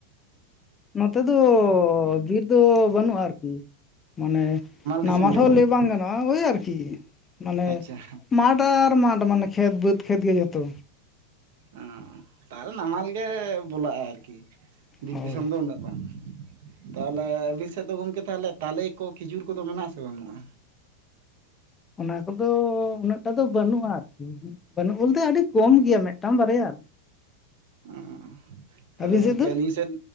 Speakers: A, on the left (about 20°); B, on the right (about 50°).
A: ᱱᱚᱛᱮ ᱫᱚ ᱵᱤᱨ ᱫᱚ ᱵᱟᱹᱱᱩᱜᱼᱟ ᱢᱟᱱᱮ
B: ᱫᱤᱥᱚᱢ
A: ᱱᱟᱢᱟᱞ
B: ᱜᱮ
A: ᱦᱚᱸ
B: ᱠᱟᱱᱟᱵᱤᱱ
A: ᱞᱟᱹᱭ ᱵᱟᱝ ᱜᱟᱱᱚᱜᱼᱟ ᱳᱭ ᱟᱨᱠᱤ ᱢᱟᱱᱮ
B: ᱟᱪᱪᱷᱟ
A: ᱢᱟᱴᱷ ᱟᱨ ᱢᱟᱴᱷ ᱢᱟᱱᱮ ᱠᱷᱮᱛ ᱵᱟᱹᱫᱽ ᱠᱷᱮᱛ ᱜᱮ ᱡᱷᱚᱛᱚ᱾
B: ᱚ, ᱛᱟᱦᱞᱮ ᱱᱟᱢᱟᱞ ᱜᱮ ᱵᱚᱞᱟᱜᱼᱟ ᱟᱨᱠᱤ ᱵᱤᱨ
A: ᱦᱳᱭ
B: ᱫᱤᱥᱚᱢ ᱫᱚ ᱩᱱᱟᱹᱜ ᱫᱚ ᱵᱟᱝ, ᱛᱟᱦᱚᱞᱮ ᱟᱹᱵᱤᱱ ᱥᱮᱫ ᱫᱚ ᱜᱚᱢᱠᱮ ᱛᱟᱦᱚᱞᱮ ᱛᱟᱞᱮ ᱠᱚ ᱠᱷᱤᱡᱩᱨ ᱠᱚᱫᱚ ᱢᱮᱱᱟᱜ-ᱟ ᱥᱮ ᱵᱟᱱᱩᱜ-ᱟ?
A: ᱚᱱᱟ ᱠᱚᱫᱚ ᱩᱱᱟᱹᱜᱴᱟ ᱫᱚ ᱵᱟᱹᱱᱩᱜᱼᱟ ᱟᱨᱠᱤ ᱵᱟᱹᱱᱩᱜ ᱵᱚᱞᱛᱮ ᱟᱹᱰᱤ ᱠᱚᱢ ᱜᱮᱭᱟ ᱢᱤᱫᱴᱟᱝ ᱵᱟᱨᱭᱟ
B: ᱚ ᱛᱟᱦᱞᱮ
A: ᱟᱹᱵᱤᱱ
B: ᱜᱚᱝᱠᱮ
A: ᱥᱮᱫ ᱫᱚ
B: ᱟᱞᱤᱥ ᱥᱮᱫ